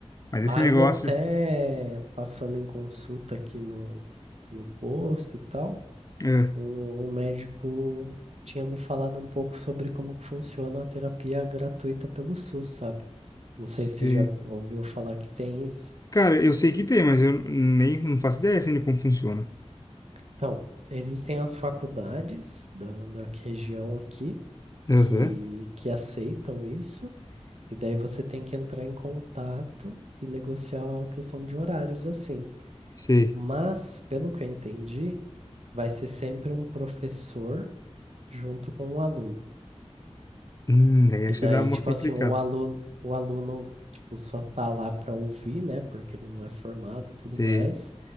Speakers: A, on the left; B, on the right.
A: Mas esse
B: Aí
A: negócio.
B: até passando em consulta aqui no, no posto e tal.
A: é,
B: O, o médico tinha me falado um pouco sobre como que funciona a terapia gratuita pelo SUS, sabe? Não
A: se-
B: sei se já ouviu falar que tem isso.
A: Cara, eu sei que tem, mas eu nem não faço ideia assim de como funciona.
B: Então, existem as faculdades da, da região aqui
A: Aham,
B: que, que aceitam isso, e daí você tem que entrar em contato e negociar a questão de horários, assim.
A: sei.
B: Mas, pelo que eu entendi, vai ser sempre um professor junto com o aluno.
A: Hum, daí
B: E
A: acho
B: daí,
A: que dá uma
B: tipo
A: complicada.
B: assim, o aluno, o aluno, tipo, só tá lá para ouvir, né? Porque ele não é formado e
A: Sei.
B: tudo mais.